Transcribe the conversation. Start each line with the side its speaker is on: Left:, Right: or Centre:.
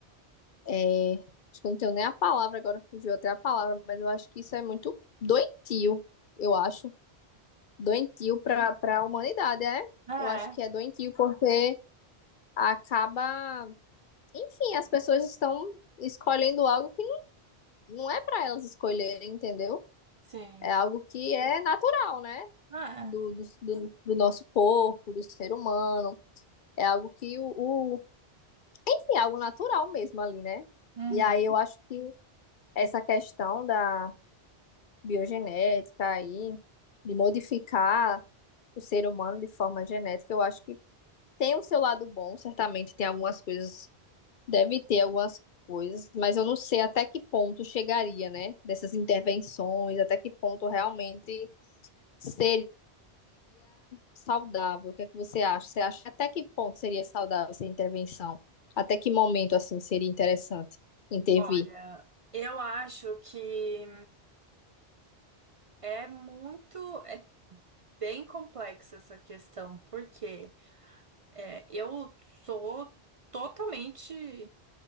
Left: é, acho que eu não tenho nem a palavra agora, fugiu até a palavra, mas eu acho que isso é muito doentio, eu acho. doentio para para a humanidade, é?
Right: é,
Left: Eu acho que é doentio porque acaba, enfim, as pessoas estão escolhendo algo que não é para elas escolherem, entendeu?
Right: sim,
Left: É algo que é natural, né?
Right: é.
Left: Do, do, do, do nosso corpo, do ser humano. É algo que o, o- Enfim, é algo natural mesmo ali, né?
Right: uhum.
Left: E aí eu acho que essa questão da biogenética aí, de modificar o ser humano de forma genética, eu acho que tem o seu lado bom, certamente tem algumas coisas, deve ter algumas coisas, mas eu não sei até que ponto chegaria, né? Dessas intervenções, até que ponto realmente seria saudável. O que é que você acha? Você acha até que ponto seria saudável essa intervenção? Até que momento, assim, seria interessante intervir?
Right: Olha, eu acho que é muito, é bem complexa essa questão, porque é, eu sou totalmente